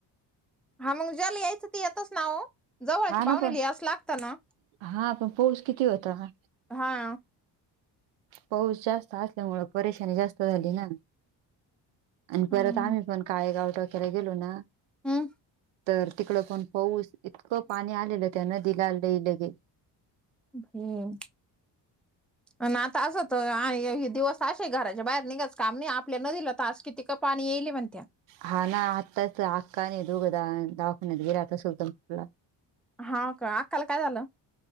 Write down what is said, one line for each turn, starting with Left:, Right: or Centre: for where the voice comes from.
Centre: हा मग ज्याला यायचं ती येतच ना हो जवळची
Right: हा ना
Centre: पाहुणे
Right: पण
Centre: लि यावं लागतंच ना
Right: हा पण पाऊस किती होता ना.
Centre: हा
Right: पाऊस जास्त असल्यामुळे परेशानी जास्त झाली ना. आणि
Centre: हम्म
Right: परत आम्ही पण काळेगाव टोक्याला गेलो ना.
Centre: हम्म
Right: तर तिकडं पण पाऊस इतकं पाणी आलेलं त्या नदीला लई लई.
Centre: ह आणि आता असंत आणि दिवस <inaudible> असशे घराच्या बाहेर निघाच काम आपल्या नदीला तास कि तिकं पाणी येईली म्हणत्या.
Right: हा ना आत्ताच अक्का आणि दोघं दवाखान्यात गेले आता सुलत्नपूरला.
Centre: हा का अक्काला काय झालं?